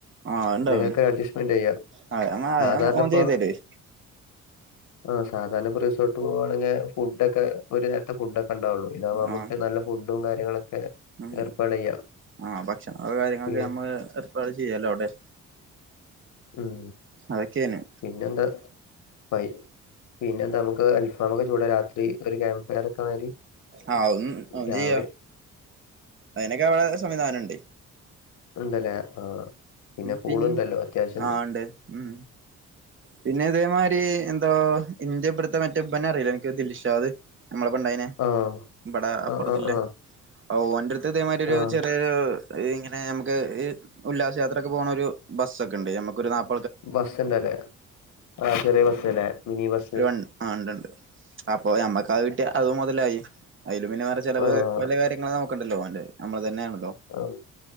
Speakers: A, on the right (about 40°); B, on the left (about 80°).
A: ആ ഉണ്ടാവും
B: പിന്നെങ്ങനൊക്കെ അഡ്ജസ്റ്റ് മെന്റ് ചെയ്യാം,
A: ആ
B: സാധാരണ
A: ഓൻ
B: ഇപ്പോ
A: ചെയ്തരും
B: ആഹ്, സാധാരണ ഇപ്പോ റിസോർട്ട് പോുകവാണെങ്കിൽ ഫുഡോക്കെ ഒരു നേരത്തെ ഫുഡ് ഒക്കെ ഉണ്ടാവുള്ളു. ഇതാവ്പ നമുക്ക്
A: ആ
B: നല്ല ഫുഡും കാര്യങ്ങളൊക്കെ
A: ഉം,
B: ഏർപ്പാട് ചെയ്യാം
A: ആ ഭക്ഷണങ്ങൾ, കാര്യങ്ങളൊക്കെ
B: ഉം
A: നമ്മൾ ഏർപ്പാട് ചെയ്യല്ലോ അവിടെ.
B: ഉം
A: അതൊക്കെനെ.
B: പിന്നെന്ത, പൈ, പിന്നെ നമുക്ക് അൽഫമൊക്കെ ചൂടാ രാത്രി. ഒരു ക്യാമ്ബ് ഫയർ ഒക്കെ മാരി
A: ആഹ് അതൊന്നും അതും
B: രാവി
A: ചെയ്യാം അതിനൊക്കെ അവിടെ സംവിധാനം ഉണ്ട്.
B: ഉണ്ടല്ലേ, ആഹ് പിന്നെ പൂളുണ്ടല്ലോ
A: പിൻ
B: അത്യാവശ്യം
A: ആഹ് ഉണ്ട് ഉം. പിന്നെ അതേമാതിരി എന്തോ, ഇന്റെ ഇപ്പറത്തെ മറ്റേ ബ്നെ അറിയിലെ അനക്ക് മറ്റേ ദിൽഷാത്, നമ്മളപണ്ടായിനെ.
B: ആഹ്
A: ബടെ, അപ്പറത്തിെല്ലേ.
B: ആഹ് ആഹ് ആഹ്
A: ഓ ഓന്റെ അടുത്ത് ഇതേ മാരി ഒരു
B: ആഹ്
A: ചെറിയൊരു ഇങ്ങനെ നമുക്ക് ഈ ഉല്ലാസയാത്രൊക്കെ പോണഒരു ബസ്സൊക്കെ ഉണ്ട്, നമുക്കൊരു നാപ
B: ബസ്സ്ണ്ടല്ലേ, ആ ചെറിയ ബസ്ല്ലേ മിനി ബസ്സ്
A: ആഹ്, ഉണ്ട്ണ്ട് അപ്പൊ ഞമ്മക്ക അത് കിട്ടിയ അത് മുതലായി. അതിൽ, പിന്നെ വേറെ ചിലവ്
B: ആഹ്
A: വല്യ കാര്യങ്ങളൾ ഒക്കെ നോക്കണ്ടല്ലോ, നമ്മള് തന്നെയണല്ലോ.
B: ആഹ്,